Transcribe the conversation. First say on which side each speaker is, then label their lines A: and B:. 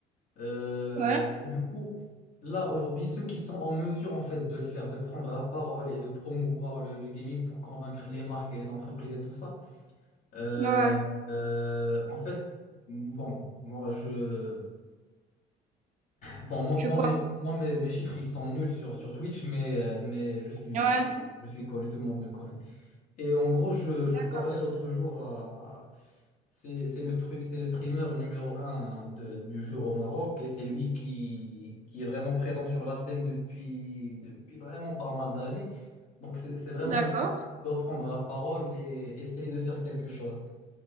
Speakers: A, on the left; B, on the right.
A: Euh,
B: ouais.
A: et du coup, là, aujourd'hui, ceux qui sont en mesure, en fait, de le faire, de prendre la parole et de promouvoir le, le gaming pour convaincre les marques et les entreprises et tout ça, euh,
B: Ouais. Ouais.
A: euh, en fait, bon, moi, je... Bon, moi,
B: Tu
A: moi,
B: veux quoi?
A: mes, moi, mes- mes chiffres, ils sont nuls sur, sur Twitch, mais, euh, mais je suis,
B: Ouais.
A: je suis connu, tout le monde me connaît. Et en gros, je, je
B: D'accord.
A: parlais l'autre jour à c'est c'est le, stru- c'est le streamer numéro un de- du jeu au Maroc et c'est lui qui, qui est vraiment présent sur la scène depuis, depuis vraiment pas mal d'années. Donc c'est c'est vraiment
B: D'accord.
A: lui qui doit prendre la parole et essayer de faire quelque chose.